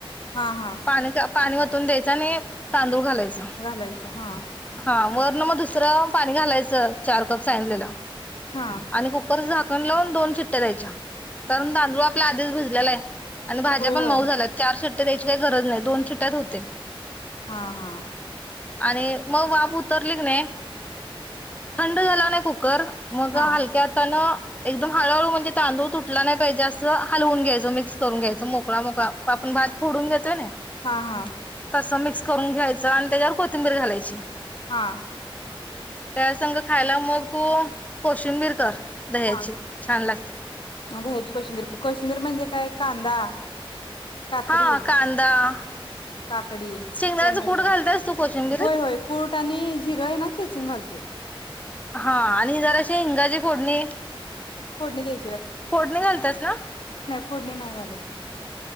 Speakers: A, on the left; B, on the left.
A: हा हा
B: पाणीच पाणी वतून द्यायच आणि तांदूळ घालायच.
A: घालायचं हा
B: हा वर मग दुसरं पाणी घालायचं चार कप सांगितलेल.
A: हा
B: आणि कुकरच झाक- -न लावून दोन शिट्ट्या द्यायच्या. कारण तांदूळ आपल्या आधीच भिज- ले <inaudible> आणि भाज्या
A: होय
B: पण
A: होय
B: मऊ झाल्यात चार शी <inaudible> गरज नाही दोन
A: हा
B: शीट्यात होतय.
A: हा हा
B: आणि मग वाफ उतरली कणी थंड झाला ना, कुकर मग
A: हा
B: हलक्या हातान एकदम हळूहळू म्हणजे तांदूळ तुटला नई पाहिजे, असं हलवून घ्यायच. मिक्स करून घ्याच मो <inaudible> फोडून घेतोय नी,
A: हा
B: तस मिक्स करून घ्यायचं आणि त्याच्यावर को थिंबीर घालायची.
A: हा
B: त्या संघ खायला मग तू.. कोशिंबीर कर दह्याची
A: हा
B: छान लागते.
A: आता ह्याची कोशिंबीर कोशिंबीर म्हणजे काय कांदा.. काकडी
B: हा कांदा
A: काकडी
B: शेंगदाण्याचं
A: टोमॅटो
B: कूट घालतास तू कोशिंबिरीत?
A: होय होय कुट आणि जीरं आहे ना.. चेचून घालतोय...
B: हा आणि जरा असे हिंगाजी फोडणे...
A: फोडणी दे
B: फोडणी घालतस ना.
A: फोडणी नाही घालत.